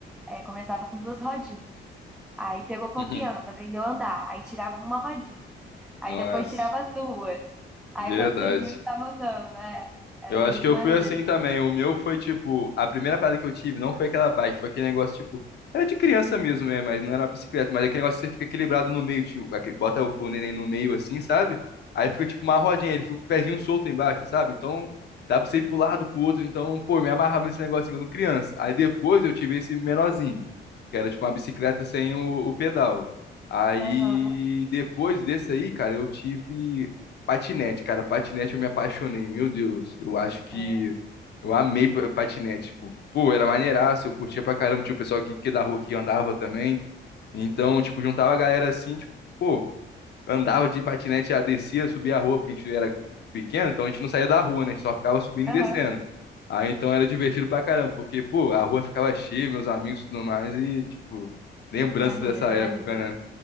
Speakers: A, in the centre; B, on the left (about 55°).
A: É, começava com duas rodinhas. Aí pegou confiança,
B: uhum.
A: aprendeu a andar. Aí tirava uma rodinha. Aí
B: Nossa,
A: depois tirava as duas. Aí
B: verdade.
A: quando você viu, você tava andando, né? Era
B: Eu acho
A: muito
B: que eu
A: maneiro.
B: fui assim também. O meu foi tipo, a primeira parada que eu tive não foi aquela bike, foi aquele negócio tipo, era de criança mesmo, né? Mas não era uma bicicleta, mas é aquele negócio que você fica equilibrado no meio, tipo, aquele- bota o, o neném no meio assim, sabe? Aí fica tipo uma rodinha, ele fica com o pezinho solto embaixo, sabe? Então dá pra você ir pro lado, pro outro. Então, pô, me amarrava nesse negócio assim, quando criança. Aí depois eu tive esse menorzinho, que era tipo uma bicicleta sem o, o pedal. Aí
A: Aham,
B: depois desse aí, cara, eu tive. Patinete, cara, patinete eu me apaixonei, meu Deus. Eu acho que
A: é.
B: eu amei pa- patinete, tipo, pô, era maneiraço, eu curtia pra caramba, tinha o pessoal que, que da rua que andava também. Então, tipo, juntava a galera assim, tipo, pô, andava de patinete, já descia, subia a rua, porque a gente era pequeno, então a gente não saía da rua, né? A gente só ficava subindo
A: Aham.
B: e descendo. Aí então era divertido pra caramba, porque, pô, a rua ficava cheia, meus amigos e tudo mais, e, tipo, lembranças
A: Maneiro,
B: dessa época,
A: maneiro.
B: né?